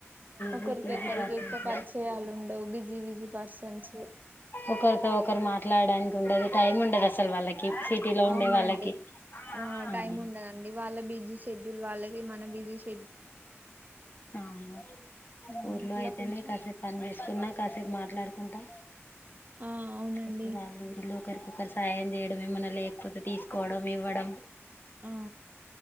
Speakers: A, on the right; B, on the left.
A: ఒకరికి
B: బిజీ బిజీ
A: కొకరికి
B: పర్సన్స్
A: ఎక్కువ పరిచయాలు ఉండవు బిజీ బిజీ పర్సన్స్
B: ఒకరితో ఒకరు మాట్లాడడానికి ఉండదు టైమ్ ఉండదు అసలు వాళ్ళకి సిటీలో
A: అవునండి
B: ఉండే వాళ్ళకి
A: ఆ
B: అవును
A: టైమ్ ఉండదండి వాళ్ళ బిజీ షెడ్యూల్ వాళ్ళకి మన బిజీ షెడ్
B: అవును
A: ఆ
B: ఊర్లో
A: అట్లా
B: అయితేనే
A: కొంచెం
B: కాసేపు పని చేసుకున్నా కాసేపు మాట్లా మాట్లాడుకుంటా
A: ఆ అవునండి
B: స్తు వాళ్ళు వీళ్ళు ఒకరికొకరు సాయం చేయడం ఏమన్నా లేకపోతే తీసుకోవడం ఇవ్వడం
A: ఆ